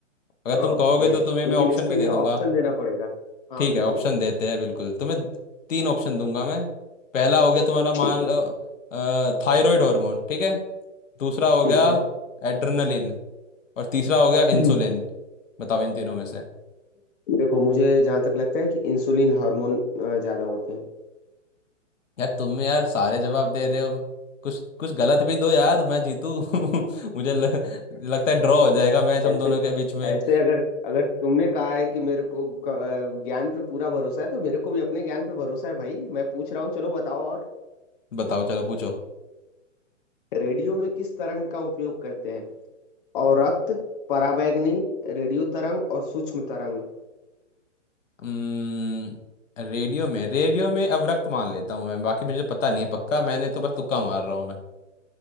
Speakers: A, on the left; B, on the left.
A: अगर तुम
B: ओके
A: कहोगे तो
B: लेकिन
A: तुम्हें मैं ऑप्शन
B: इसके
A: भी
B: लिए
A: दे दूंगा
B: ऑप्शन देना पड़ेगा हाँ
A: ठीक
B: बिल्कुल
A: है ऑप्शन देते हैं बिल्कुल तुम्हें तीन ऑप्शन दूंगा मैं पहला हो गया तुम्हारा
B: ठीक
A: मान
B: है
A: लो थायराइड हार्मोन ठीक है दूसरा हो
B: ठीक
A: गया
B: है
A: एड्रेनलिन और तीसरा हो गया
B: हम्म
A: इंसुलिन बताओ इन तीनों में से
B: देखो मुझे जहां तक लगता है कि इंसुलिन हार्मोन अ, ज्यादा होते हैं
A: यार तुम यार सारे जवाब दे रहे हो कुछ कुछ गलत भी दो यार मैं जीतू <laughs> मुझे ल, लगता है ड्रॉ हो जाएगा मैच हम
B: ऐसे
A: दोनों के बीच में
B: ऐसे अगर अगर तुमने कहा है कि मेरे को ग- अ, ज्ञान पे पूरा भरोसा है तो मेरे को भी अपने ज्ञान पे भरोसा है भाई मैं पूछ रहा हूँ चलो बताओ और
A: बताओ चलो पूछो
B: रेडियो में किस तरंग का उपयोग करते हैं औरक्त पराबैंगनी रेडियो तरंग और सूक्ष्म तरंग
A: हम्म, रेडियो में रेडियो में अब रक्त मान लेता हूँ मैं बाकी मुझे पता नहीं है पक्का मैंने तो बस तुक्का मार रहा हूँ मैं